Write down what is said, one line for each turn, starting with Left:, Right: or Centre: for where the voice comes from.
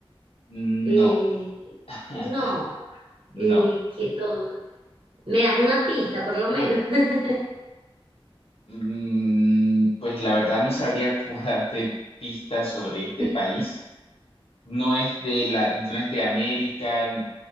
Left: no,
Right: Eh,
Left: <laughs>
Right: no,
Left: no.
Right: eh, que todo. Me das una pista, por lo menos. <laughs>
Left: Mm, pues la verdad no sabría cómo <laughs> darte pistas sobre este
Right: Mm,
Left: país. No es de la, no es de América,